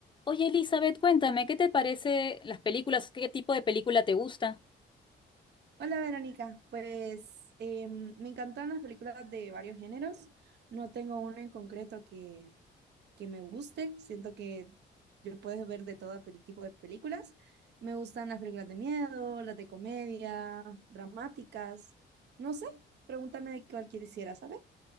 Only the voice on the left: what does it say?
Oye, Elizabeth, cuéntame, ¿qué te parece las películas? ¿Qué tipo de película te gusta?